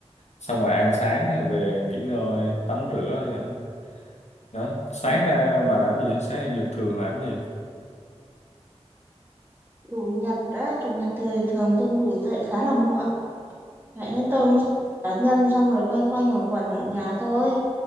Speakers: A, on the left (about 85°); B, on the right (about 20°).
A: Xong rồi ăn sáng rồi về nghỉ ngơi, tắm rửa rồi đó. Đó, sáng
B: Ừ,
A: ra bà làm gì? Sáng chủ nhật thường làm gì?
B: Chủ nhật á, chủ nhật thì thường tôi ngủ dậy khá là muộn. Vậy nên tôi cũng cá nhân xong rồi quanh quanh quẩn quẩn ở nhà thôi.